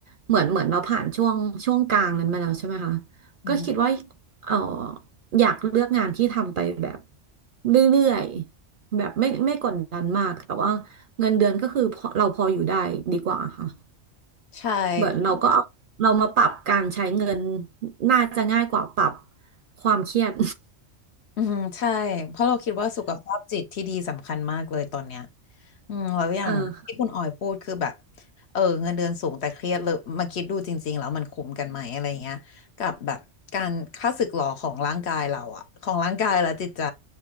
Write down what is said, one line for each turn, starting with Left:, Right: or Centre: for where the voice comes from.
Right: เหมือนเหมือนเราผ่านช่วงช่วงกลางนั้นมาแล้วใช่ไหมคะ
Left: อือหือ
Right: ก็คิดว่าเอออยากเลือกงานที่ทำไปแบบเรื่อยๆแบบไม่ไม่กดดันมากแต่ว่าเงินเดือนก็คือพอเราพออยู่ได้ดีกว่าค่ะ
Left: ใช่เพราะ
Right: เหมือนเราก็เอาเรามาปรับการใช้เงินน่าจะง่ายกว่าปรับความเครียด
Left: อืมใช่เพราะเราคิดว่าสุขภาพจิตที่ดีสำคัญมากเลยตอนเนี้ยอืมแล้วอย่างที่คุณออยพูดคือแบบ
Right: <laughs> เออ
Left: เออเงินเดือนสูงแต่เครียดเลยมาคิดดูจริงๆแล้วมันคุ้มกันไหมอะไรเงี้ยกับแบบการค่าศึกหรอของร่างกายเราอะของร่างกายและจิตใจ